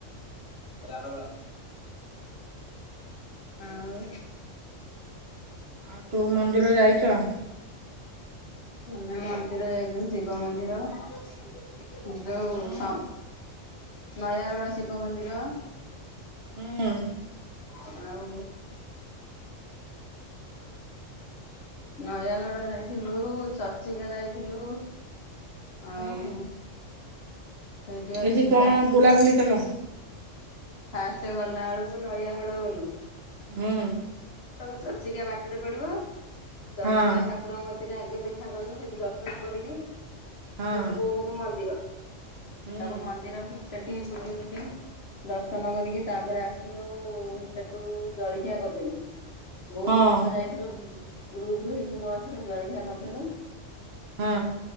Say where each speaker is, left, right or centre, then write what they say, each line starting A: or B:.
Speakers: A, on the left (about 55°); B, on the right (about 55°).
A: ରାରୱା। ଆଉ
B: ଆଉ ତୁ ମନ୍ଦିର ଯାଇଚ?
A: ଆମେ ମନ୍ଦିର ଯାଇଥିଲୁ ଶିବ ମନ୍ଦିର। ଯୋଉ
B: ହୁଁ
A: ସମ୍ ନୟାଗଡ଼ ଶିବ ମନ୍ଦିର।
B: ହୁଁ।
A: ଆଉ। ନୟାଗଡ଼ ଯାଇଥିଲୁ। ଚର୍ଚ୍ଚିକା ଯାଇଥିଲୁ। ଆଉ
B: ହୁଁ
A: ସେଇଠି
B: ଏଇଠି
A: ଅଛି
B: କଣ
A: ତା
B: ବୁଲାବୁଲି କଲ?
A: ଫାଷ୍ଟେ ଗଲା ବେଳୁକୁ ନୟାଗଡ ଗଲୁ।
B: ହୁଁ।
A: ଚର୍ଚ୍ଚିକା ବାଟରେ ପଡିବ ଚର୍ଚିକା
B: ହଁ
A: ଠାକୁରଙ୍କର ସେଇଠି ଆଗେ ଦେଖାକଲୁ। ସେଠି ଦର୍ଶନ କରିକି
B: ହଁ
A: ସେଠି ବହୁତ ମନ୍ଦିର।
B: ହୁଁ
A: ସବୁ ମନ୍ଦିର ସେଠି ବୁଲି ବୁଲି ଦର୍ଶନ କରିକି ତାପରେ ଆସିଲୁ ସେଠୁ ଜଳିଖିଆ କରିଦେଲୁ। ବହୁତ
B: ହଁ
A: ଲୋକ ଯାଇଥିଲୁ ଗ୍ରୁପ ହେଇକି ବସ୍ ରେ ଜଳିିଖିଆ କରିଦେଲୁ।
B: ହୁଁ।